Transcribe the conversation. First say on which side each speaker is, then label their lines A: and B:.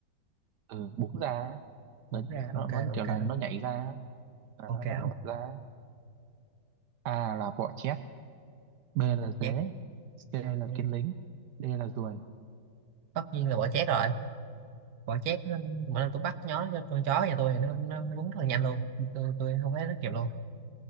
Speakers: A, on the right; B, on the right.
A: ừ, búng ra á,
B: bún ra
A: nó
B: ok
A: nó như
B: ok
A: kiểu là nó nhảy ra á, là
B: ok
A: nó nó, nó
B: ông
A: bật ra á. a là bọ chét b là dế
B: chét
A: c là
B: Dạ.
A: kiến lính d là ruồi
B: tất nhiên là bỏ chét rồi bỏ chét nó- mỗi lần tôi bắt nhó cho con chó nhà tôi thì nó nó nó bún rất là nhanh luôn tôi tôi không thấy nó kịp luôn